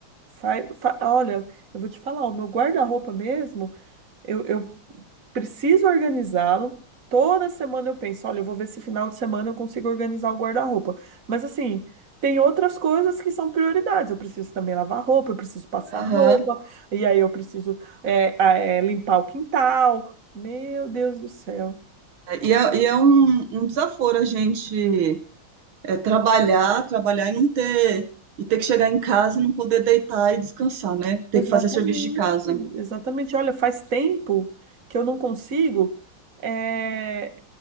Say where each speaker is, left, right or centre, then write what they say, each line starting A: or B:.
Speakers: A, on the right; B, on the right.
A: Sai, fa- Olha, eu vou te falar, o meu guarda-roupa mesmo, eu, eu preciso organizá-lo. Toda semana eu penso, olha, eu vou ver se final de semana eu consigo organizar o guarda-roupa. Mas assim, tem outras coisas que são prioridades. Eu preciso também lavar roupa, eu preciso passar
B: Aham.
A: roupa, e aí eu preciso é, a- é, limpar o quintal. Meu Deus do céu.
B: E é, e é um, um desaforo a gente É trabalhar, trabalhar e não ter, e ter que chegar em casa e não poder deitar e descansar, né? Ter
A: Exatamente,
B: que fazer serviço de casa.
A: exatamente. Olha, faz tempo que eu não consigo é,